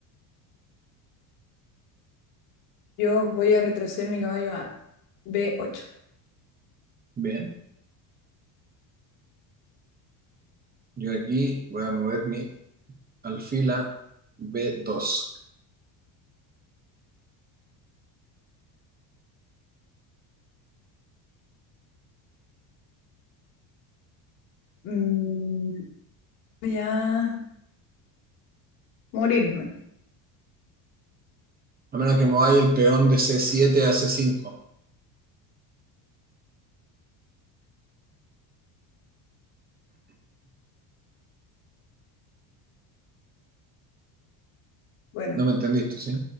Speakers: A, on the left; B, on the right.
A: Yo voy a retroceder mi caballo a B8.
B: Bien. Yo aquí voy a mover mi alfil a b dos,
A: Mm, voy a morirme.
B: A menos que mováis el peón de c siete a c cinco.
A: Bueno,
B: No me entendiste, ¿sí?